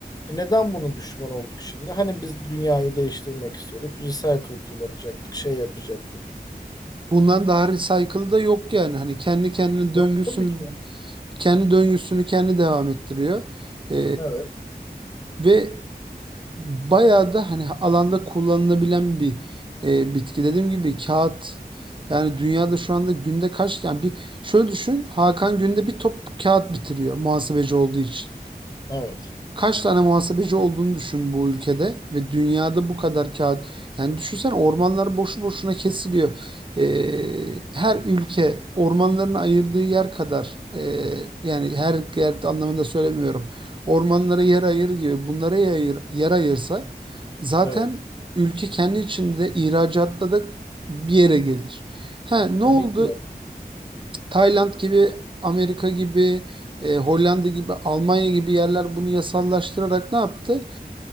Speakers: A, on the left (about 25°); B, on the right (about 30°).
A: E Neden bunu düşman olduk şimdi? Hani biz dünyayı değiştirmek istiyorduk. Recycle kullanacaktık, şey yapacaktık.
B: Bundan daha recycle da yok yani. Hani kendi kendine döngüsünü
A: Yok tabii ki.
B: kendi döngüsünü kendi devam ettiriyor. Ee,
A: Evet,
B: ve bayağı da hani alanda kullanılabilen bir e, bitki. Dediğim gibi kağıt yani dünyada şu anda günde kaç tane bir şöyle düşün Hakan günde bir top kağıt bitiriyor muhasebeci olduğu için.
A: evet,
B: Kaç tane muhasebeci olduğunu düşün bu ülkede ve dünyada bu kadar kağıt. Yani düşünsen ormanlar boşu boşuna kesiliyor. Ee, her ülke ormanlarını ayırdığı yer kadar e, yani her yer anlamında söylemiyorum. Ormanlara yer ayır gibi bunlara yer, ayır- yer ayırsa zaten
A: evet.
B: ülke kendi içinde ihracatta da bir yere gelir. Ha, ne
A: Tabii
B: oldu?
A: ki de.
B: Tayland gibi, Amerika gibi, e, Hollanda gibi, Almanya gibi yerler bunu yasallaştırarak ne yaptı?